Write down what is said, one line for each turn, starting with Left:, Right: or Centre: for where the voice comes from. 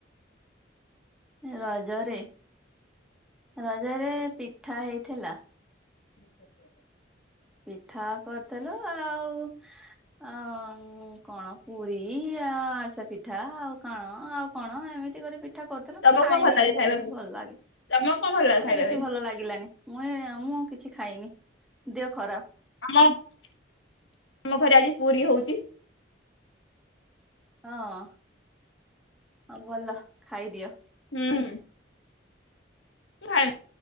Centre: ଏ ରଜରେ ରଜରେ ପିଠା ହେଇଥିଲା।
Left: <inaudible>
Centre: ପିଠା କରିଥିଲା ଆ-ଆ-ଆଉ ଆ-ଆ-ଉଁ କଣ ପୁରୀ, ଆ ଆରିସା ପିଠା ଆଉ କଣ ଆଉ କଣ ଏମିତି କରି ପି ପିଠା କରିଥିଲା
Left: ତମକୁ
Centre: ମୁଁ ଖାଇନି
Left: କଣ ଭଲ ଲାଗେ
Centre: ବେଶୀ
Left: ଖାଇବା
Centre: କରି
Left: ପାଇଁ
Centre: ଭଲ ଲାଗେନି
Left: ତମକୁ କଣ ଭଲ ଲାଗେ
Centre: ମତେ
Left: ଖାଇବା
Centre: କିଛି
Left: ପାଇଁ
Centre: ଭଲ ଲାଗିଲାନି। ମୁଁ ଏ-ଏ ମୁଁ କିଛି ଖାଇନି। ଦେହ ଖରାପ।
Left: ଆମ ଆମ ଘରେ ଆଜି ପୁରୀ ହଉଛି।
Centre: ହଁ-ଅ-ଅ ହଁ ଭଲ ଖାଇଦିଅ।
Left: ହୁଁ ମୁଁ ଖାଏନି